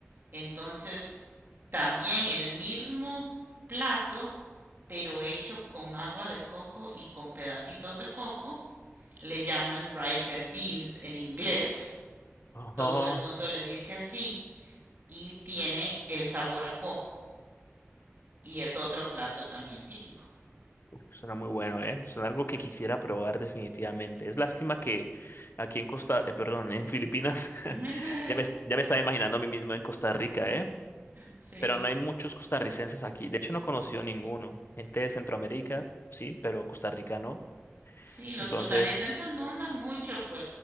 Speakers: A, on the right; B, on the left.
A: Entonces, también el mismo plato, pero hecho con agua de coco y con pedacitos de coco, le llaman rice and beans en inglés.
B: Oh,
A: Todo el mundo le dice así y tiene el sabor a coco. Y es otro plato también típico.
B: suena muy bueno, ¿eh? Suena algo que quisiera probar definitivamente. Es lástima que aquí en Costa, eh, perdón, en Filipinas, <laughs>
A: <laughs>
B: ya me, ya me estaba imaginando a mí mismo en Costa Rica, ¿eh?
A: Sí.
B: Pero no hay muchos costarricenses aquí. De hecho, no he conocido ninguno. Gente de Centroamérica, sí, pero Costa Rica no.
A: Sí, los
B: Entonces...
A: costarricenses no andan mucho por